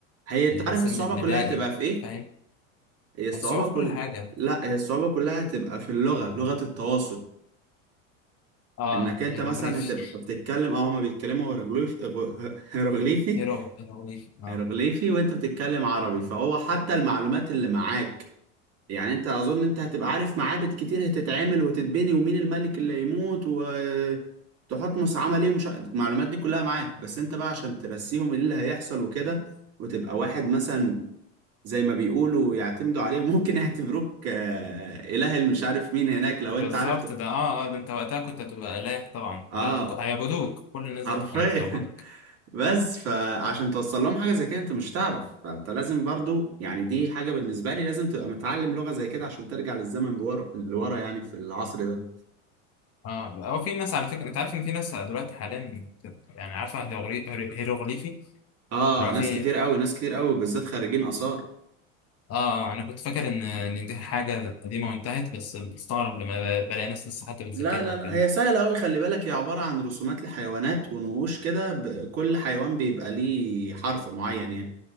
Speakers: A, on the right; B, on the left.
A: هي انت
B: الانسان
A: عارف الصعوبة
B: البدائي
A: كلها هتبقى
B: انت
A: في ايه؟
B: فاهم
A: هي الصعوبة
B: هيصعب في
A: كل
B: كل حاجة
A: لا هي الصعوبة كلها هتبقى في اللغة لغة التواصل
B: اه
A: انك انت
B: الهيروغليفي
A: مثلا هتبقى بتتكلم اه هما بيتكلموا هيروغليفي هيروغليفي
B: هيرو هيروغليفي اه
A: هيروغليفي وانت بتتكلم عربي فهو حتى المعلومات اللي معاك يعني انت اظن انت هتبقى عارف معابد كتير هتتعمل وتتبني ومين الملك اللي هيموت وتحتمس عمل ايه ومش ع- المعلومات دي كلها معاك بس انت بقى عشان ترسيهم ايه اللي هيحصل وكده وتبقى واحد مثلا زي ما بيقولوا يعتمدوا عليه وممكن يعتبروك آه، اله اللي مش عارف مين هناك لو
B: بالظبط
A: انت عرفت
B: ده اه اه ده انت وقتها كنت هتبقى اله طبعا
A: اه
B: ده ك- هيعبدوك كل الناس
A: حرفيا
B: دي كانت هتعبدك
A: <laughs> بس فعشان توصل لهم حاجة زي كده انت مش تعرف فانت لازم برضو يعني دي حاجة بالنسبة لي لازم تبقى متعلم لغة زي كده عشان ترجع للزمن بور... لورا يعني في العصر ده
B: اه هو في ناس على فكره انت عارف ان في ناس دلوقتي حاليا بت- يعني عارفه هيروغلي- هيرو- هيروغليفي
A: اه
B: اللي
A: ناس
B: هو في
A: كتير قوي ناس كتير قوي بالذات خريجين آثار
B: اه آه، انا كنت فاكر ان ان دي حاجه قديمه وانتهت بس بستغرب لما ب- بلاقي ناس لسه حتى بتذاكرها
A: لا لا
B: وكده
A: لا هي سهلة أوي خلي بالك هي عبارة عن رسومات لحيوانات ونقوش كده ب- كل حيوان بيبقى ليه حرف معين يعني